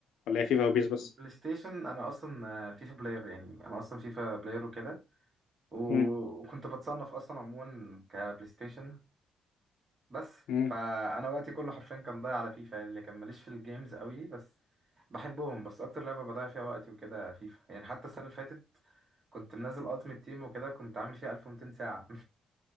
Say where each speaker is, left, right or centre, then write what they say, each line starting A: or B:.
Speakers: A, on the left (about 80°); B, on the right (about 35°).
A: ولا هي فيفا
B: بلاي
A: وبيس بس
B: بلاي ستيشن أنا أصلا آه، فيفا بلاير يعني أنا أصلا فيفا بلاير وكده و-
A: مم.
B: وكنت بتصنف أصلا عموما كبلاي ستيشن بس
A: مم.
B: فأنا وقتي كله حرفيا كان ضايع على فيفا اللي كان ماليش في الجيمز قوي بس بحبهم بس أكتر لعبة بضيع فيها وقتي وكده فيفا يعني حتى السنة اللي فاتت كنت منزل ألتيمت تيم وكده كنت عامل فيها 1200 ساعة